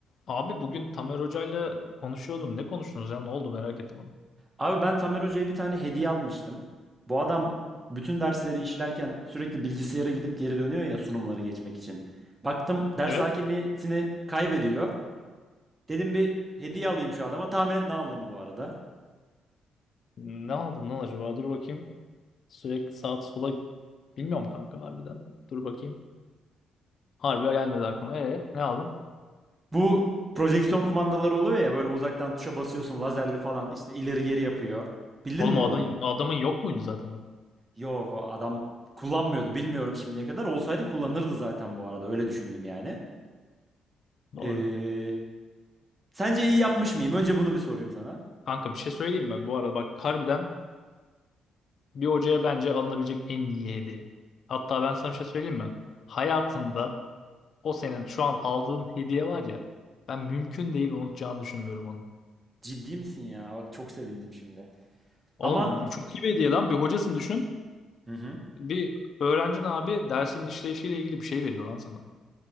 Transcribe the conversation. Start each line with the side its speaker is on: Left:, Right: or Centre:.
Left: Abi bugün Tamer Hoca'yla konuşuyordum. Ne konuştunuz ya? Ne oldu? Merak ettim onu.
Right: Abi ben Tamer Hoca'ya bir tane hediye almıştım. Bu adam bütün dersleri işlerken sürekli bilgisayara gidip geri dönüyor ya sunumları geçmek için. Baktım ders
Left: Evet.
Right: hakimiyetini kaybediyor. Dedim bir hediye alayım şu adama. Tahmin et ne aldım bu arada.
Left: Ne aldın lan acaba? Dur bakayım. Sürekli sağa sola... Bilmiyorum kanka harbiden. Dur bakayım. Harbi gelmedi aklıma. Ee, ne aldın?
Right: Bu projeksiyon kumandaları oluyor ya böyle uzaktan tuşa basıyorsun lazerli falan işte ileri geri yapıyor. Bildin
Left: Oğlum
Right: mi
Left: o
Right: onu?
Left: adam, adamın yok muydu zaten o?
Right: Yok o adam kullanmıyordu bilmiyorum şimdiye kadar. Olsaydı kullanırdı zaten bu arada öyle düşündüm yani.
Left: Doğru.
Right: Ee, sence iyi yapmış mıyım? Önce bunu bir sorayım sana.
Left: Kanka bir şey söyleyeyim mi? Bu arada bak harbiden bir hocaya bence alınabilecek en iyi hediye. Hatta ben sana bir şey söyleyeyim mi? Hayatında o senin şu an aldığın hediye var ya. Ben mümkün değil unutacağını düşünmüyorum onun.
Right: Ciddi misin ya? Bak çok sevindim şimdi.
Left: Oğlum
Right: Ama
Left: çok iyi bir hediye lan. Bir hocasını düşün.
Right: Hı hı.
Left: Bir öğrencin abi dersin işleyişiyle ilgili bir şey veriyor lan sana.